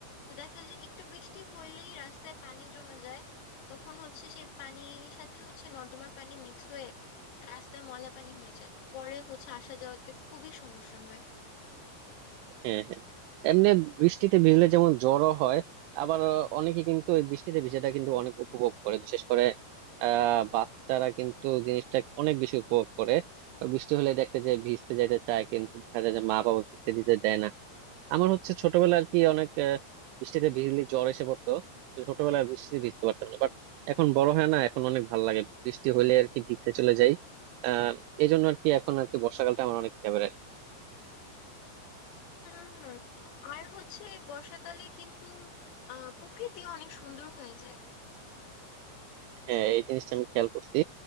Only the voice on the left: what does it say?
তো দেখা যায় একটু বৃষ্টি হইলেই রাস্তায় পানি জমে যায় তখন হচ্ছে সেই পানির সাথে হচ্ছে নর্দমার পানি মিক্স হয়ে রাস্তায় ময়লা পানি হয়ে যায় পরে হচ্ছে আসা যাওয়াতে খুবই সমস্যা হয়
হুম হুম আর হচ্ছে বর্ষাকালে কিন্তু আহ প্রকৃতি অনেক সুন্দর হয়ে যায়